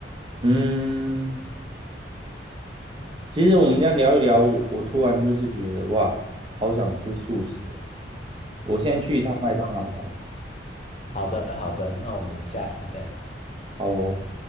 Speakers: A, on the right; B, on the left.
A: 嗯，其实我们这样聊一聊，我我突然就是觉得哇，好想吃素食哦！我先去一趟麦当劳好了。
B: 好的，好的，那我们下次再聊。
A: 好哦。